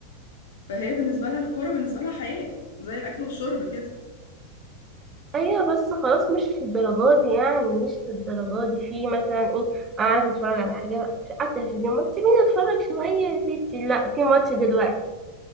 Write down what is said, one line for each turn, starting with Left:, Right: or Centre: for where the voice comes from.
Left: فهي بالنسبة لها الكورة بالنسبة لها حياة زي الأكل والشرب كده
Right: ايوه بس خلاص مش للدرجه دي يعني مش للدرجه دي في مثلا ايه انا عايزه اتفرج على حاجه على التلفزيون ما تسيبيني اتفرج شويه يا ستي لا في ماتش دلوقتي